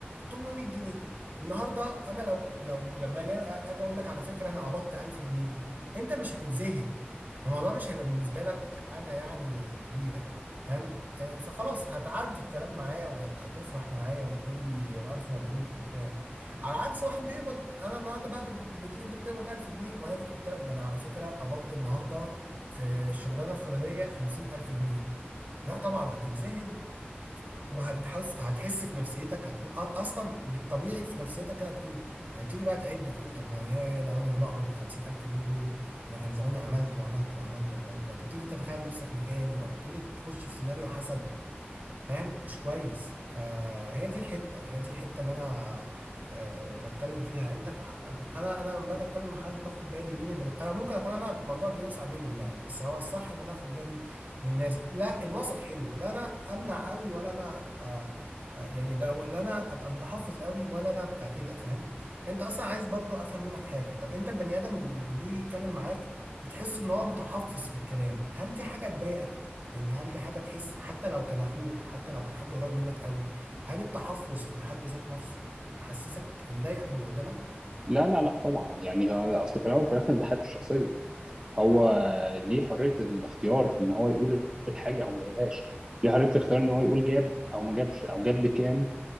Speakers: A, on the right; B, on the right.
A: 800 جنيه النهارده انا لو لو لما اجي اجي اقول لك على فكره انا قبضت 1000 جنيه انت مش هتتذهل الموضوع مش هيبقى بالنسبه لك حاجه يعني كبيره فاهم آه، فخلاص هتعدي الكلام معايا وهتفرح معايا وتقول لي الف مبروك وبتاع على عكس واحد بيقبض انا النهارده بقى بت... بت... انت بتقبض 1000 جنيه وانا جيت قلت لك ده انا على فكره قبضت النهارده في الشغلانه الفلانيه 50000 جنيه لا طبعا هتتذهل وهتحس هتحس في نفسيتك هتقول أ- اصلا بالطبيعي في نفسيتك كده هتقول هتبتدي بقى تعد تقول طب ما يا لو انا اللي بقبض ال 50000 الف جنيه دول ده انا كان زماني عملت وعملت وعملت وعملت وهتبتدي تتخيل نفسك مكاني وهتبتدي تخش في سيناريو حسد فاهم مش كويس فهي دي الحته هي دي الحته اللي انا أه بتكلم فيها انت ك- انا انا لما باجي اتكلم مع حد باخد بالي مين اللي بت... انا ممكن اكون انا الموضوع بيوسع مني يعني بس هو الصح ان انا اخد بالي من الناس لا الوسط حلو لا انا امنع قوي ولا انا أه آه، يعني لا لا انا ابقى متحفظ قوي ولا انا ابقى كده فاهم انت اصلا عايز برضو افهم منك حاجه طب انت البني ادم اللي بيجي يتكلم معاك وتحس ان هو متحفظ في الكلام هل دي حاجه تضايقك يعني هل دي حاجة تحس حتى لو كان أخوك حتى لو كان حد قريب منك قوي هل التحفظ في حد ذات نفسه يحسسك يضايقك من اللي قدامك؟
B: لا لا لا طبعا يعني هو اصل في الاول وفي الاخر ده حياته الشخصيه هو ليه حريه الاختيار في ان هو يقول الحاجه او ما يقولهاش ليه حريه الاختيار ان هو يقول جاب او ما جابش او جاب بكام